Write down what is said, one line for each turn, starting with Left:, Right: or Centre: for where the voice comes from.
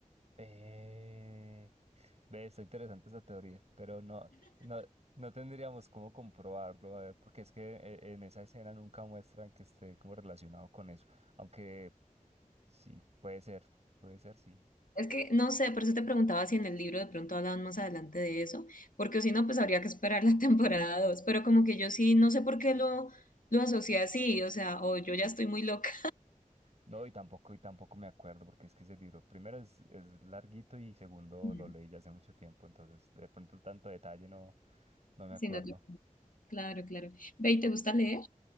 Right: Eh... Ve, está interesante esa teoría, pero no, no, no tendríamos cómo comprobarlo, a ver, porque es que eh, en esa escena nunca muestran que esté como relacionado con eso, aunque sí, puede ser, puede ser, sí.
Left: Es que no sé, por eso te preguntaba si en el libro de pronto hablaban más adelante de eso, porque si no, pues habría que esperar la <laughs> temporada dos pero como que yo sí, no sé por qué lo, lo asocié así, o sea, o yo ya estoy muy loca.
Right: No, y tampoco, y tampoco me acuerdo, porque es que ese libro, primero es, es larguito y segundo
Left: Ujú.
Right: lo leí ya hace mucho tiempo, entonces de pronto tanto detalle no, no me
Left: Sí,
Right: acuerdo.
Left: no te- Claro, claro. Ve, ¿y te gusta leer?